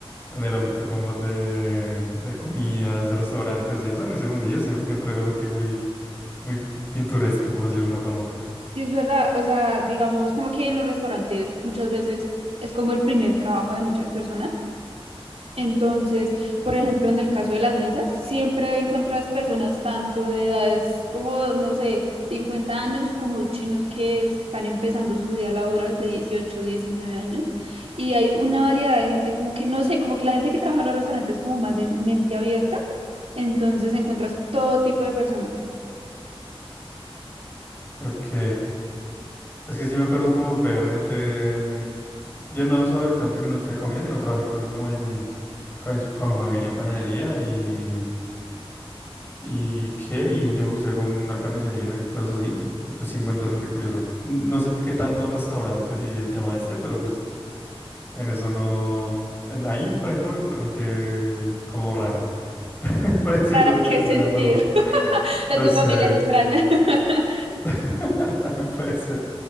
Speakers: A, on the left (about 20°); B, on the right (about 80°).
A: en el ámbito como de, de comidas, de restaurantes y eso. En ese mundillo sí- siempre veo gente muy, muy p- pintoresca, por decirlo de alguna forma.
B: Sí, es verdad, o sea, digamos como que en los restaurantes muchas veces es como el primer trabajo de muchas personas Entonces, por ejemplo, en el caso de las mesas, siempre encuentras personas tanto de edades como, no sé, 50 años, como chinos que están empezando su vida laboral de 18 19 años. Y hay una variedad de gente como que, no sé, como que la gente que trabaja en los restaurantes es como más de mente abierta. Entonces encuentras todo tipo de personas.
A: Ok. Es que sí me acuerdo como ver gente... mm, Yo no estaba directamente con el de comida, sino trabajé creo que como en... Con, mis- con mi familia en panadería y ¿Y qué? Y un tiempo que estuve como en una carnicería y cosas así, y, y pues sí encuentras gente curiosa. N- No sé qué tanto en restaurantes y el tema este, pero pues en eso no... En ahí, por ejemplo, me encontré gente como rara, <laughs> para decirlo
B: ¿Rara en
A: de,
B: qué sentido?
A: de una forma.
B: <laughs>
A: No
B: ¿A tu
A: sé,
B: familia es extraña? <laughs>
A: <laughs> también puede ser.